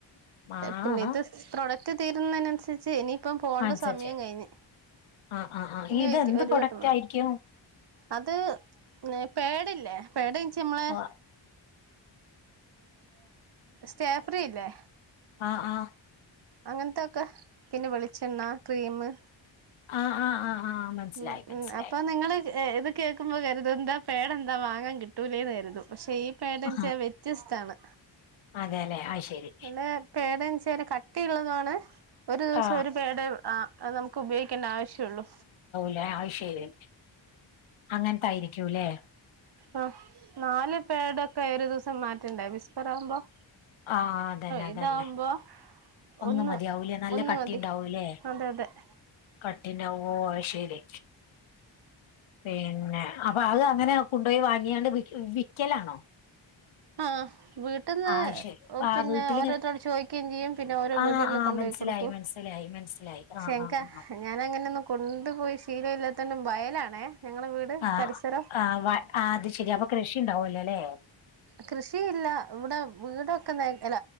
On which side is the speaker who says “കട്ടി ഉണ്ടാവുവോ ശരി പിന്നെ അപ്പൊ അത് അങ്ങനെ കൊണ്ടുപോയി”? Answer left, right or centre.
Left